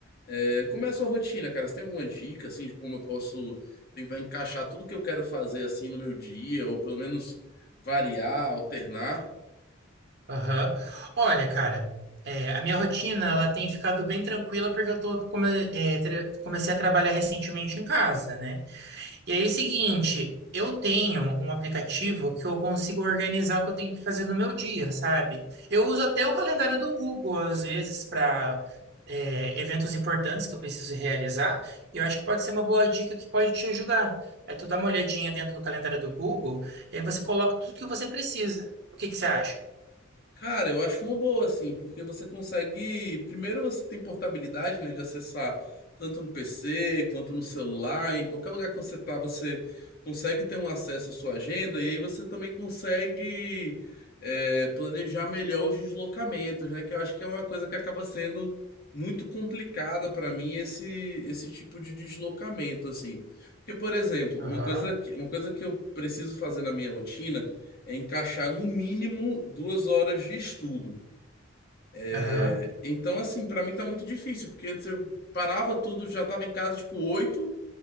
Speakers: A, on the left; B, on the right.
A: É, como é a sua rotina, cara? Você tem alguma dica, assim, de como eu posso tentar encaixar tudo que eu quero fazer, assim, no meu dia, ou pelo menos variar, alternar?
B: aham. Olha, cara, é, a minha rotina, ela tem ficado bem tranquila porque eu tô, come- é, tra- comecei a trabalhar recentemente em casa, né? E aí é o seguinte, eu tenho um aplicativo que eu consigo organizar o que eu tenho que fazer no meu dia, sabe? Eu uso até o calendário do Google, às vezes, para eventos importantes que eu preciso realizar, e eu acho que pode ser uma boa dica que pode te ajudar. Aí tu dá uma olhadinha dentro do calendário do Google, e aí você coloca tudo que você precisa. O que que você acha?
A: Cara, eu acho uma boa, assim, porque você consegue. Primeiro, você tem portabilidade, né, de acessar tanto no PC quanto no celular, em qualquer lugar que você tá, você consegue ter um acesso à sua agenda, e aí você também consegue é, planejar melhor os deslocamentos, né, que eu acho que é uma coisa que acaba sendo muito complicada para mim, esse, esse tipo de deslocamento, assim. Porque, por exemplo,
B: Aham,
A: uma coisa que, uma coisa que eu preciso fazer na minha rotina é encaixar no mínimo duas horas de estudo. É,
B: aham,
A: então, assim, para mim tá muito difícil, porque antes eu parava tudo, já tava em casa tipo oito,